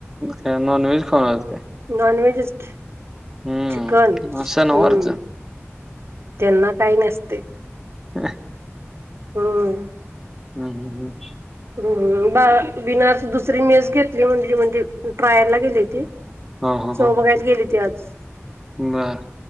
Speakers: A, in the centre; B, on the right (about 60°).
A: काय नॉनव्हेज खाऊन आलेत काय?
B: नाॅन व्हेजच.
A: हम्म
B: चिकन
A: आज
B: हम्म
A: शनिवारच
B: त्यांना काही नसते.
A: हा
B: हम्म
A: हम्म हम्म हम्म
B: हम्म, बा बिनास दुसरी मेस घेतली म्हटली म्हणे. ट्रायलला गेली ती.
A: हा हा
B: चव
A: हा
B: बघायला गेली ती आज.
A: बर